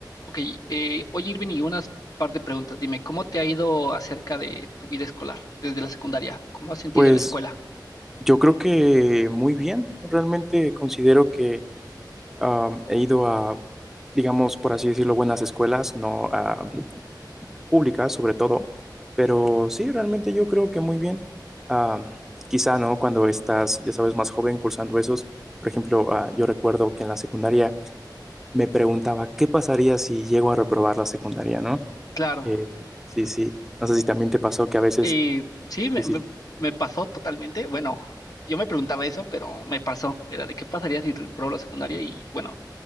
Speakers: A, on the left (about 55°); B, in the centre.
A: Ok, eh, oye Irving, y unas par de preguntas. Dime, ¿cómo te ha ido acerca de tu vida escolar desde la secundaria? ¿Cómo has sentido
B: Pues
A: la escuela?
B: yo creo que muy bien. Realmente considero que am, he ido a, digamos, por así decirlo, buenas escuelas, no a públicas sobre todo, pero sí, realmente yo creo que muy bien. Am, quizá, ¿no? Cuando estás, ya sabes, más joven cursando esos, por ejemplo, ah, yo recuerdo que en la secundaria me preguntaba qué pasaría si llego a reprobar la secundaria, ¿no?
A: Claro,
B: Eh, sí, sí. No sé si también te pasó que a veces,
A: eh, sí, me,
B: sí, sí,
A: me- me pasó totalmente. Bueno, yo me preguntaba eso, pero me pasó. Era de qué pasaría si reprobó la secundaria y bueno,